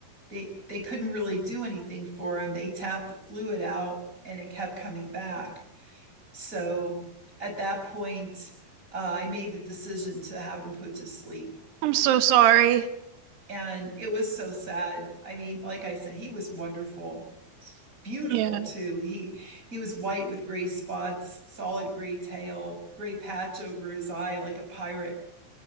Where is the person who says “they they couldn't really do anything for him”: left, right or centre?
Right